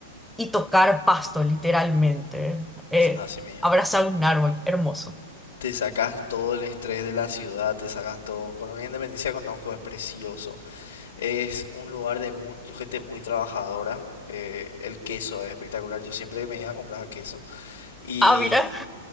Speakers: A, in the centre; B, on the left.
A: y tocar pasto, literalmente. Eh,
B: así mismo.
A: abrazar un árbol, hermoso.
B: Te sacas todo el estrés de la ciudad, te sacas todo. Colonia Independencia conozco, es precioso. Es un lugar de mucha gente muy trabajadora. eh, el queso es espectacular. Yo siempre me iba a comprar queso. Y
A: Ah, mira,